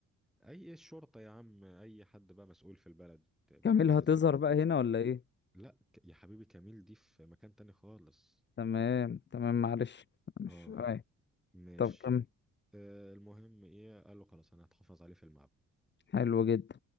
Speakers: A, in the centre; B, on the left.
A: اي إيه الشرطه يا عم اي حد بقى مسؤول في البلد بنت
B: كامل
A: الجزمه
B: هتظهر
A: دي
B: بقى هنا ولا ايه
A: لا ك- يا حبيبي كميل دي في مكان تاني خالص
B: تمام تمام معلش مش
A: اه آه،
B: اي
A: ماشي
B: طب كم
A: آه، المهم ايه قال له خلاص انا هتحفظ عليه في المعبد
B: حلو جدا